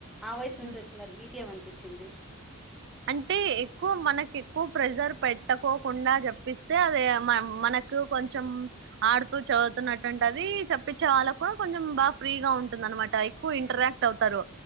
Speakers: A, in the centre; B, on the right (about 55°).
A: ఆ వయసు నుంచి
B: ఉ
A: వచ్చున్నారు మీకేమనిపించింది
B: అంటే ఎక్కువ మనకు ఎక్కువ ప్రెజర్ పెట్టకోకుండా చెప్పిస్తే అదే మ మనకు కొంచెం ఆడుతూ చదువుతున్నట్టుంటి అది చప్పించే వాళ్ళకు కూడా కొంచెం బాగా ఫ్రీగా ఉంటుంది అనమాట ఎక్కు ఇంటరాక్ట్ అవుతారు